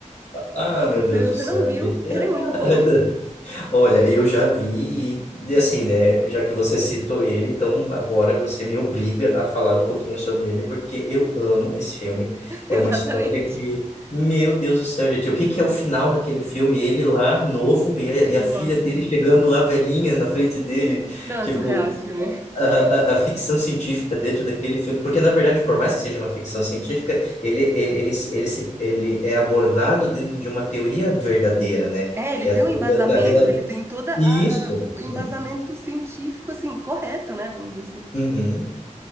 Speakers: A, on the left; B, on the right.
A: Ah, meu Deus
B: Se
A: do
B: você
A: céu,
B: não viu,
A: gente.
B: ele
A: Ah,
B: é muito
A: <laughs>
B: bom,
A: Olha, eu já vi e, e assim, né, já que você citou ele, então agora você me obriga a falar um pouquinho sobre ele, porque eu amo esse filme.
B: <laughs>
A: É
B: exatamente.
A: uma história que, meu Deus do céu, gente, o que que é o final daquele filme? Ele lá, novo, e a, e
B: Nossa,
A: a filha dele chegando lá, velhinha, na frente dele,
B: não,
A: tipo...
B: é surreal esse filme.
A: A, a, a ficção científica dentro daquele filme, porque na verdade, por mais que seja uma ficção científica, ele, ele, ele, se- ele, se- ele é abordado dentro de uma teoria verdadeira, né?
B: É, ele
A: que é
B: tem
A: a teoria
B: um embasamento,
A: da
B: ele tem toda
A: isso.
B: a, a- o embasamento
A: é.
B: científico, assim, correto, né, vamos dizer assim.
A: Uhum.